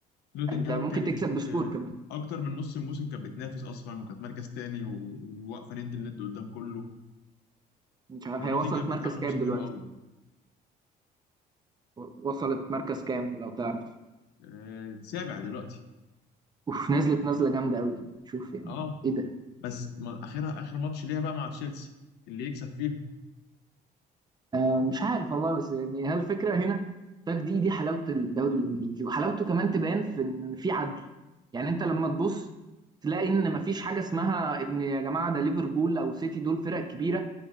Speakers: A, on the left; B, on the right.
A: نوتنجهام
B: ده ممكن
A: كانت
B: تكسب
A: في
B: بسكور كمان
A: اكتر من نص الموسم كانت بتنافس اصلا وكانت مركز تاني و- وواقفه ند لند قدام كله
B: مش عارف
A: فنوتنجهام
B: هي وصلت
A: كانت
B: مركز
A: عامله
B: كام
A: موسم
B: دلوقتي
A: حلو قوي
B: وصلت مركز كام لو تعرف
A: آه، سابع دلوقتي
B: اوف نزلت نزله جامده قوي شوف يعني
A: اه
B: ايه ده
A: بس ما- اخرها اخر ماتش ليها بقى مع تشيلسي اللي يكسب فيهم
B: آه، مش عارف والله بس يعني هل الفكره هنا ده دي دي حلاوه الدوري الانجليزي وحلاوته كمان تبان في ان في عدل يعني انت لما تبص تلاقي ان مفيش حاجه اسمها ان يا جماعه ده ليفربول او سيتي دول فرق كبيره